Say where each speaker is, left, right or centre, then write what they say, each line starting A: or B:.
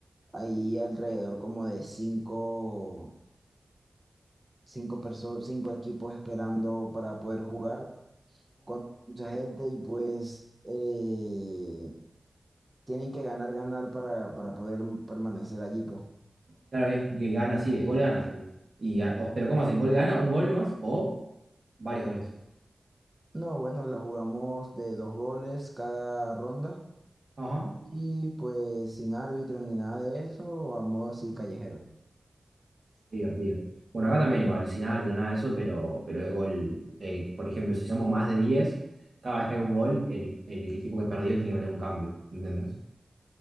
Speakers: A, on the right (about 25°); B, on the right (about 50°).
A: hay alrededor como de cinco, cinco personas, cinco equipos esperando para poder jugar con mucha gente y pues eh, tienen que ganar, ganar para, para poder permanecer allí, pues.
B: Claro, es que gana así, de gol gana así. Y, ga- o- pero ¿cómo hacen? ¿Gol gana? ¿Un gol más? ¿O varios goles?
A: No, bueno, la jugamos de dos goles cada ronda.
B: Ajá.
A: Y pues sin árbitro ni nada de eso, a modo así callejero.
B: Qué divertido. Bueno, acá también igual, sin árbitro, nada de eso, pero, pero es gol. Eh, por ejemplo, si somos más de 10 cada vez que hay un gol, el, el equipo que perdió tiene que meter un cambio, ¿entendés?